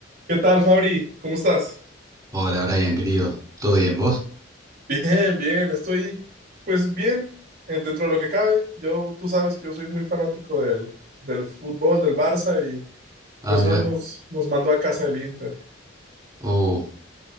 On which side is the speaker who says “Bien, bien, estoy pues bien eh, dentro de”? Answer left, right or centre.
Right